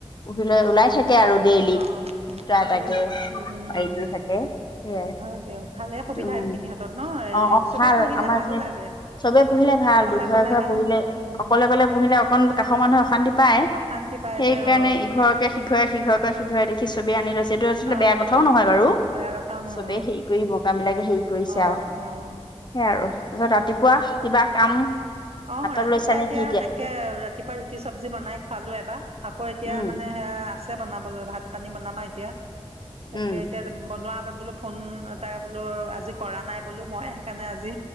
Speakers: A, on the left; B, on the right.
A: পূহিলৈ ওলাই থাকে আৰু ডেইলি,
B: অ',
A: দুটা, এটাকে,
B: দেই উম,
A: বাৰীতে থাকে। সেইয়াই,
B: হয় দিয়ক ভালে সুবিধা
A: উম।
B: সেইখিনি ন', এই
A: অ অ
B: চবে
A: ভাল
B: পুহিলে
A: আমাৰ
B: ভালো
A: এইখিনিত
B: লাগে।
A: চবে পুহিলে ভাল,
B: অকলে
A: দু ঘৰ
B: অকলেহে
A: এঘৰে পুহিলে,
B: উম
A: অকলে, অকলে পুহিলে, অকণ কাষৰ মানুহে অশান্তি পাই,
B: অশান্তি পাই
A: সেইকাৰণে
B: যে অ
A: ইঘৰকে সিঘৰে, সিঘৰকে সিঘৰে, দেখি চবে আনি লৈছেটো আচলতে
B: অ
A: বেয়া কথাও নহয় বাৰু,
B: বেয়া কথাও নহয়
A: চবে হেৰি কৰি মকা মিলাকে হেৰি কৰিছে
B: অ
A: আৰু।
B: অ'।
A: সেইয়াই আৰু, তাৰপিছত ৰাতিপুৱা কিবা কাম।
B: অ',
A: হাতত
B: ৰাতিপুৱা
A: লৈছা নে
B: এতিয়া
A: কি
B: তাকে, ৰাতিপুৱা ৰুটি চব্জি বনাই খোৱালোঁ এবাৰ। আকৌ এতিয়া
A: উম
B: মানে সেয়া আছে বনাবলৈ, ভাত-পানী বনাম আৰু এতিয়া। তাকে
A: উম
B: এতিয়া, বনোৱা আগত বোলো ফোন এটা বোলো আজি কৰা নাই বোলো মই, সেইকাৰণে আজি